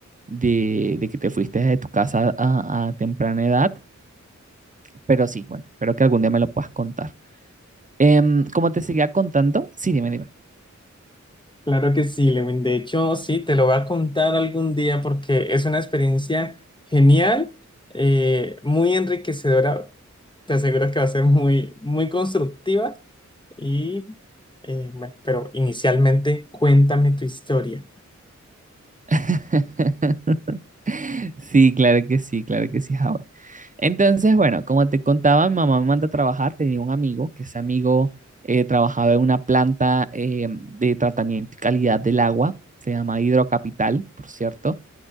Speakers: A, on the right; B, on the left.
A: de, de que te fuiste de tu casa a, a temprana edad, pero sí, bueno, espero que algún día me lo puedas contar. Em, como te seguía contando, sí, dime, dime.
B: Claro que sí, Lewin. De hecho, sí, te lo voy a contar algún día porque es una experiencia genial, eh, muy enriquecedora. Te aseguro que va a ser muy, muy constructiva y, eh, bueno, pero inicialmente cuéntame tu historia.
A: <laughs> Sí, claro que sí, claro que sí, Howard. Entonces, bueno, como te contaba, mi mamá me manda a trabajar, tenía un amigo, que ese amigo eh, trabajaba en una planta eh, de tratamiento y calidad del agua, se llama Hidrocapital, por cierto.